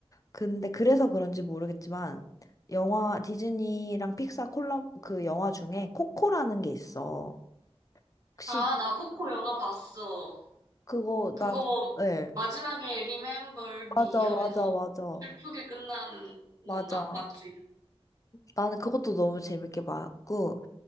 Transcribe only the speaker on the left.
근데 그래서 그런지 모르겠지만 영화 디즈니랑 픽사 콜라 그 영화 중에 코코라는 게 있어. 혹시
그거
나, 예.
맞아,
맞아, 맞아.
맞아.
나는 그것도 너무 재밌게 봤고,